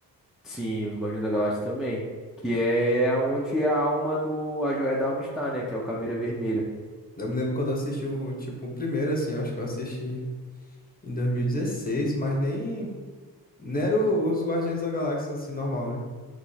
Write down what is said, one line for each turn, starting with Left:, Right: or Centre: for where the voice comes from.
Centre: Sim, os Guardiões da Galáxia também. Que é onde a alma do. A joia da alma está, né? Que é o Caveira Vermelha.
Left: Eu me lembro quando eu assisti o, tipo, o primeiro, assim, eu acho que eu assisti em 2016, mas nem. Nem era o- os Guardiões da Galáxia, assim, normal, né?